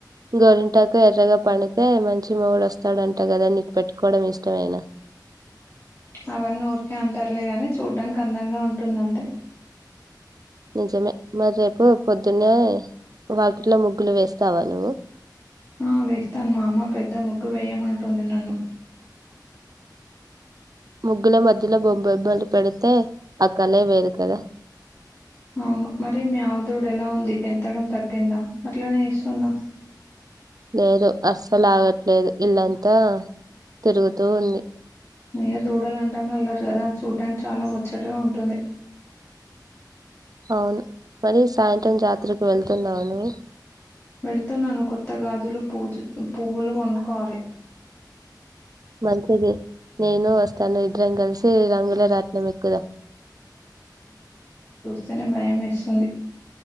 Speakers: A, on the right; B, on the left.
A: గోరింటాకు ఎర్రగా పండితే మంచి మొగుడు వస్తాడంట కదా నీకు పెట్టుకోడం ఇష్టమేన
B: అవన్నీ ఊరికే అంటారులే గాని చూడ్డానికి అందంగా ఉంటుందంతే
A: నిజమే మరి రేపు పొద్దున్నే వాకిట్లో ముగ్గులు వేస్తావా నువ్వు
B: ఆ వేస్తాను మా అమ్మ పెద్ద ముగ్గు వేయమంటుంది నన్ను
A: ముగ్గుల మధ్యలో బొ బొబ్బలు పెడితే ఆ కలే వేరు కదా
B: అవును మరి మీ ఆవుదూడు ఎలా ఉంది గెంతడం తగ్గిందా అట్లనే చేస్తుంద
A: లేదు అస్సలాగట్లేదు ఇల్లంతా తిరుగుతూ ఉంది
B: నయ దూడలం ల్లరి కదా చూడ్డానికి చాలా ముచ్చటగా ఉంటుంది
A: అవును మరి సాయంత్రం జాతరకి వెళ్తున్నావ నువు
B: వెళ్తున్నాను కొత్త గాజులు పూజు పువ్వులు కొనుకోవాలి
A: మంచిది నేను వస్తాను ఇద్దరం కలిసి రంగుల రాట్నము ఎక్కుదాం
B: చాన భయం మేస్తుంది